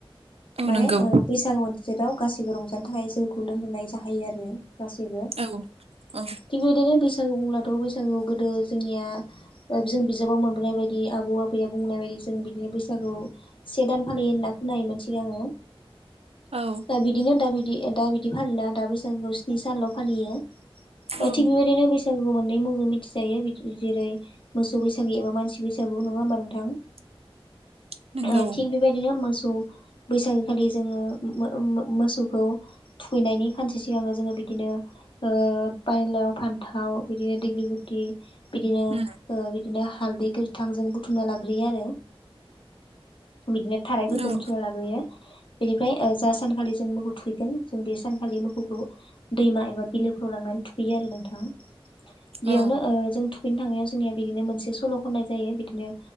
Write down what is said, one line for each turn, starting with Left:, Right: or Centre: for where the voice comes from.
Right: औ
Left: माने
Right: नंगौ
Left: ओ बैसागो <unintelligible> गासैबो रंजानो थाखाय जौखौ लोंहोनाय जाहैयो आरो गासैबो
Right: औ औ
Left: थिग बेदिनो बैस सागु बुंब्लाथ' बैसागु गोदो जोंनिया ओ जों बिजाबाव मोनबोनाय बायदि आबौ आबैया बुंनाय बायदि जों बिदिनो बैसागु से दान फालियो होनना खोनायोमोन सिगाङो
Right: औ
Left: ओ बिदिनो दा बिदि दा बिदि फालिला दा बैसाग स्नि सानल' फालियो
Right: औ
Left: थि बेबायदिनो बै सागु मोननै मुंजों मिथिजायो बिदि जेरै मोसौ बैसागु एबा मानसि बैसागु नङा होमबा नोंथां
Right: <inaudible> नंगौ
Left: ओ थिग बेबायदिनो मोसौ बैसागो खालि जोङो मो मो मोसौखौ थुखैनायनि खानसे सिगांनो जोङो बिदिनो ओ बायलाव फान्थाव बिदिनो दिग्लि लिथ थि बिदिनो
Right: उम
Left: ओ बिदि दिनो हालदै गोथां जों बुथुमना लाग्रोयो आरो बिदिनो थाराइफोरखौ
Right: औ
Left: बुथुमना लाग्रोयो बेनिफ्राय ओ जों सानखालि जों मोखौ थुइगोन जों बे सानखालि मोसौखौ दैमा एबा बिलोफ्राव लांनानै थुखैयो आरो नोंथां बेयावनो
Right: औ
Left: ओ जों थु खैनो थांनायाव जोंनिया बिदिनो मोनसे सल' खनाय जायो बिदिनो